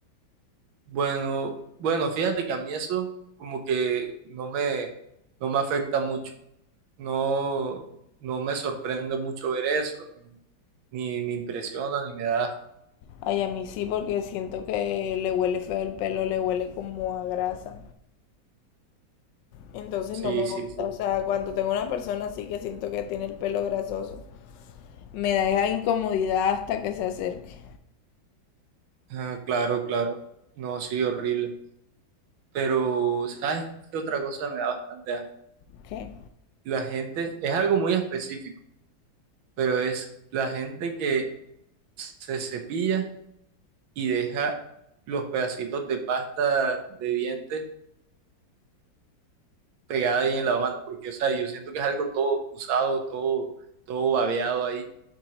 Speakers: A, on the right (about 80°); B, on the left (about 75°).
A: bueno, bueno, fíjate que a mí eso como que no me, no me afecta mucho. no, no me sorprende mucho ver eso, ni, ni me impresiona, ni me da. asco.
B: Ay, a mí sí, porque siento que le huele feo el pelo, le huele como a grasa. Entonces
A: Sí,
B: no me
A: sí,
B: gusta,
A: sí.
B: o sea, cuando tengo una persona así que siento que tiene el pelo grasoso. Me da esa incomodidad hasta que se acerque.
A: Ah, claro, claro. No, sí, horrible. Pero, ¿sabes qué otra cosa me da bastante asco?
B: Ok.
A: La gente, es algo muy específico, pero es la gente que se cepilla y deja los pedacitos de pasta de dientes pegada ahí en la mano, porque, o sea, yo siento que es algo todo usado, todo, todo babeado ahí